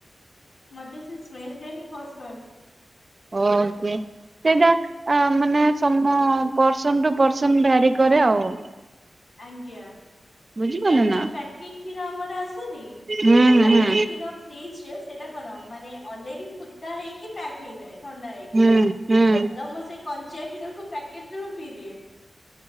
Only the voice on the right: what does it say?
ଓକ ସେଇଟା ମାନେ ସମ ପର୍ସନ ଟୁ ପର୍ସନ ଭାରି କରେ ଆଉ
ବୁଝିପାରିଲେ ନା
ହୁଁ
ହୁଁ
ହୁଁ ହୁଁ